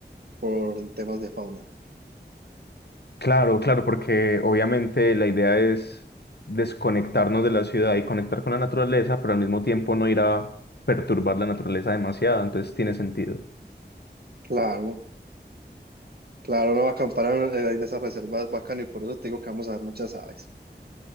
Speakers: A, on the right (about 60°); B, on the left (about 65°).
A: por temas de fauna.
B: Claro, claro, porque obviamente la idea es desconectarnos de la ciudad y conectar con la naturaleza, pero al mismo tiempo no ir a perturbar la naturaleza demasiado, entonces tiene sentido.
A: Claro, claro, no acampar en, eh, en esas reservas es bacano y por eso te digo que vamos a ver muchas aves.